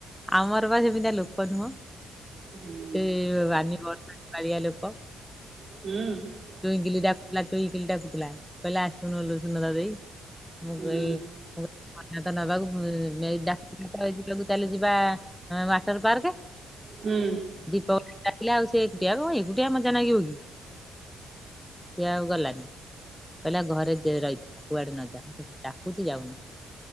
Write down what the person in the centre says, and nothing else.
ଆମର ବା ସେମିତିଆ ଲୋକ ନୁହଁ।
ସେ ବାନୀ ବର୍ଷା କାଳିଆ ଲୋକ।
ଟୁଇଁକିଲି ଡାକୁଥିଲା ଟୁଇଁକିଲି ଡାକୁୁଥିଲା। କହିଲା ଆସୁନଲ ସୁନଦା ଦେଇ ମୁଁ
କହି ମୁ ମତେ ତ ନବାକୁ ଏଇ ଡାକ୍ତର ଏଇଠି ସବୁ ଚାଲି ଯିବା ହଁ ୱାଟର ପାର୍କ।
ଦୀପକ ଡାକିଲା ଆଉ ସେ ଏକୁଟିଆ କଣ ଏକୁଟିଆ ମଜା ନାଗିବ କି? ସିଏ ଆଉ ଗଲାନି କହିଲା ଘରେ ଯେ ରହିଥା କୁଆଡେ ନ ଯା ଡାକୁଛି ଯାଉନି।